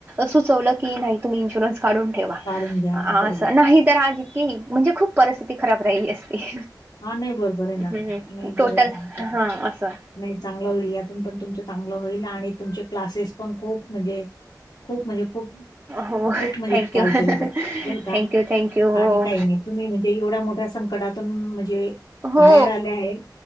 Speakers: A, on the right; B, on the left.
A: सुचवलं की नाही तुम्ही इन्शुरन्स काढून ठेवा
B: काढून घ्या.
A: अस
B: बरोबर.
A: नाही तर आजकी म्हणजे खूप परिस्थिती खराब राहिली असती
B: हा नाही बरोबर आहे ना
A: हम्म
B: नाही
A: टोटल
B: बरं आहे
A: हा असं.
B: नाही चांगलं होईल यातून पण तुमचं चांगलं होईल आणि तुमचे क्लासेस पण खूप म्हणजे खूप म्हणजे खूप
A: हो
B: खूप म्हणजे
A: थँक्यू
B: चालतील ते बर का
A: थँक्यू थँक्यू हो.
B: आणि काही नाही तुम्ही म्हणजे एवढ्या मोठ्या संकटातून म्हणजे
A: हो
B: बाहेर आले आहे